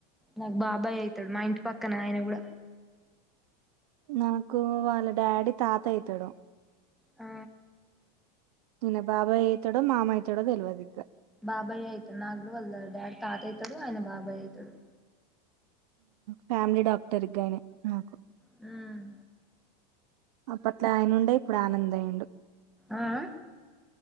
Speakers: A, in the centre; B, on the right.
A: నాకు బాబాయ్ అయితాడు మా ఇంటి పక్కన ఆయన కూడా
B: నాకు వాళ్ళ డాడీ తాత అయితడు
A: ఆ
B: నే బాబాయ్ అయిత డో మామ అవుతడో తెలివదు ఇగ్గ
A: బాబాయ్ అయితడు నాకు కూడా వాళ్ళ డాడ్ తాత అయితడు ఆయన బాబాయ్ అయితడు
B: ఫ్యామిలీ డాక్టర్గానే నాకు
A: హ్మ్
B: అప్పట్లో ఆయనుండ ఇప్పుడు ఆనంద్ అయిండు
A: ఆ ఆ